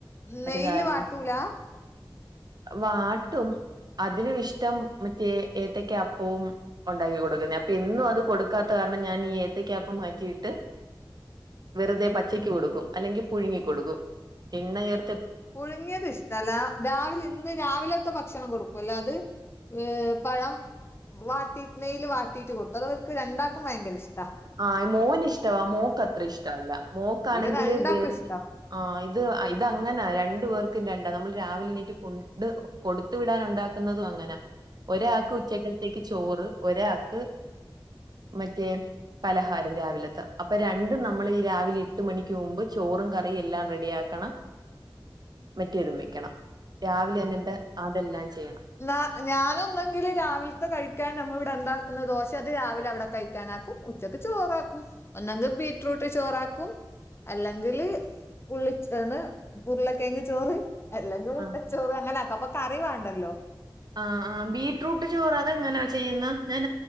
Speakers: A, on the left; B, on the right.
A: നെയ്യില്
B: അത് കാരണം
A: വാട്ടൂല
B: വാട്ടും അതിലും ഇഷ്ടം മറ്റേ ഏത്തക്ക അപ്പവും ഉണ്ടാക്കി കൊടുക്കുന്നേ അപ്പൊ ഇന്നും അത് കൊടുക്കാത്ത കാരണം ഞാൻ ഈ ഏത്തക്കപ്പം മാറ്റിയിട്ട് വെറുതെ പച്ചക്കക്ക് കൊടുക്കും അല്ലെങ്കിൽ പുഴുങ്ങി കൊടുക്കും എണ്ണയർ
A: പുഴുങ്ങിയത് ഇഷ് തല രാവിലെ ഇന്ന് രാവിലത്തെ ഭക്ഷണം കൊടുക്കും അല്ല അത് ഏഹ് പഴം വാട്ടീ നെൽ വാട്ടീട്ട് കൊടുത്തു അ അവർക്ക് രണ്ടാക്കും ഭയങ്കര ഇഷ്ടമാണ്
B: ആഹ് മോന് ഇഷ്ടവാ മോക്ക് അത്ര ഇഷ്ടല്ല മോക്ക്ണെങ്കില്
A: ഇവിടെ രണ്ടാക്കും
B: വേറൊ
A: ഇഷ്ടാ
B: ആ ഇത് ഇത് അങ്ങനെ രണ്ടു പേർക്കും രണ്ടാ നമ്മൾ രാവിലെ എണീറ്റ് കൊടുത്തു വിടാൻ ഉണ്ടാക്കുന്നതും അങ്ങനെ ഒരാൾക്ക് ഉച്ചക്കത്തേക്ക് ചോറ് ഒരാൾക്ക് മറ്റേ പലഹാരം രാവിലത്തെ അപ്പൊ രണ്ടും നമ്മൾ ഈ രാവിലെ എട്ട് മണിക്ക് മുമ്പ് ചോറും കറിയും എല്ലാം റെഡിയാ ക്കണം
A: <inaudible>
B: മറ്റേ ഇതും വെക്കണം രാവിലെ തന്നെണ്ട് അതെല്ലാം ചെയ്യണം
A: നാ ഞാനൊന്നെങ്കിൽ രാവിലത്തെ കഴിക്കാൻ നമ്മൾ ഇവിടെ ഉന്താക്കുന്ന ദോശ അത് രാവിലെ അവിടെ കഴിക്കാനാക്കും ഉച്ചക്ക് ചോറാക്കും ഒന്നങ്കിൽ ബീറ്റ്റൂട്ട് ചോറാക്കും അല്ലെങ്കിൽ ഉള്ളിന്ന് പുരുളക്കെങ്ങ് ചോറ് അല്ലങ്കി മുട്ടച്ചോറ്
B: ആഹ്
A: അങ്ങനെ ആക്കും അപ്പൊ കറി വേണ്ടല്ലോ
B: ആഹ് ആഹ് ബീടറൂട്ട് ചോറ് അതെങ്ങനെയാ ചെയ്യുന്ന ഞാൻ